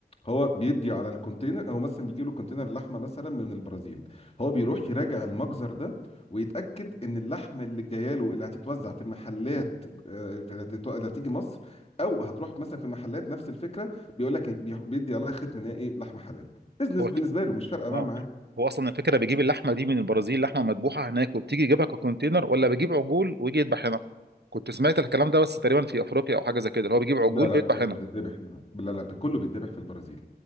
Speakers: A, on the left; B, on the right.
A: هو بيدي على الكونتينر هو مثلا بيجي له كونتينر لحمه مثلا من البرازيل هو بيروح يراجع المجزر ده ويتاكد ان اللحمه اللي جايه له اللي هتتوزع في المحلات آه، في- اللي هتتو- اللي هتيجي مصر او هتروح مثلا في محلات نفس الفكره بيقول لك بيدي عليها ختم ان هي ايه لحمه حلال بيزنس
B: هو
A: بالنسبه له مش فارقه بقى
B: اه
A: معاه
B: هو اصلا الفكره بيجيب اللحمه دي من البرازيل لحمه مذبوحه هناك وبتيجي يجيبها ككونتينر ولا بيجيب عجول ويجي يذبح هنا كنت سمعت الكلام ده بس تقريبا في افريقيا او حاجه زي كده اللي هو بيجيب عجول
A: لا لا
B: ويذبح
A: ب-
B: هنا
A: بتتذبح لا لا لا كله بيتذبح في البرازيل